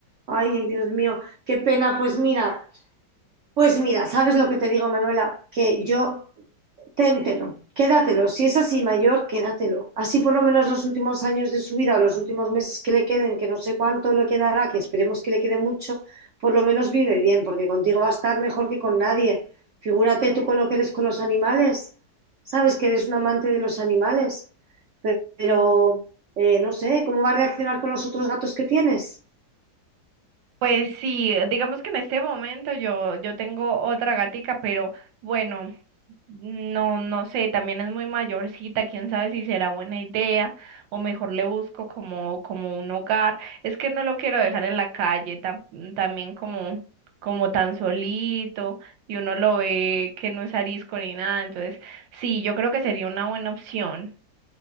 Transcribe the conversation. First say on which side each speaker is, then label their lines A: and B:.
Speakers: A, on the right (about 70°); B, on the right (about 85°).
A: Ay, Dios mío, qué pena. Pues mira, pues mira, ¿sabes lo que te digo, Manuela? Que yo téntelo, quédatelo. Si es así mayor, quédatelo. Así por lo menos los últimos años de su vida o los últimos meses que le queden, que no sé cuánto le quedará, que esperemos que le quede mucho, por lo menos vive bien, porque contigo va a estar mejor que con nadie. Figúrate tú con lo que eres con los animales. Sabes que eres un amante de los animales, pero eh, no sé, ¿cómo va a reaccionar con los otros gatos que tienes?
B: Pues sí, digamos que en este momento yo yo tengo otra gatica, pero bueno, No, no sé, también es muy mayorcita, quién sabe si será buena idea o mejor le busco como, como un hogar. Es que no lo quiero dejar en la calle, tam- también como, como tan solito y uno lo ve que no es arisco ni nada. Entonces, sí, yo creo que sería una buena opción.